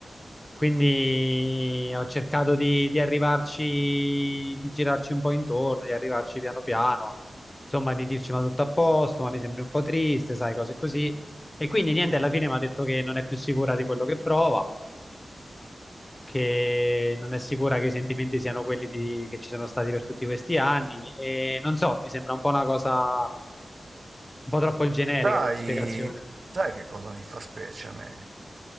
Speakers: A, on the left; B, on the right.
A: Quindi ho cercato di, di arrivarci, di girarci un po' intorno, di arrivarci piano piano, insomma, di dirci ma tutto a posto, ma mi sembri un po' triste, sai, cose così. E quindi niente, alla fine mi ha detto che non è più sicura di quello che prova, che non è sicura che i sentimenti siano quelli di- che ci sono stati per tutti questi anni. E non so, mi sembra un po' una cosa un po' troppo generica
B: Sai,
A: come spiegazione.
B: sai che cosa mi fa specie a me?